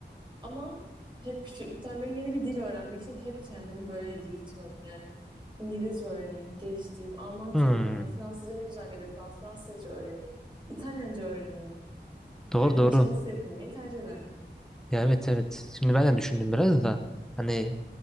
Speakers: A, on the right; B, in the centre.
A: Ama hep küçüklükten beri yeni bir dil öğrenmek için hep kendimi böyle yırtıyorum. Yani İngilizce öğreneyim, geliştireyim, Almanca
B: Hmm,
A: öğreneyim, ya Fransızca ne güzel geliyor kulağa, Fransızca öğreneyim, İtalyanca öğreneyim.
B: doğru
A: Hani
B: doğru.
A: bunun çabası yapabilmeyi tercih ederdim.
B: Ya evet evet. Şimdi ben de düşündüm biraz da hani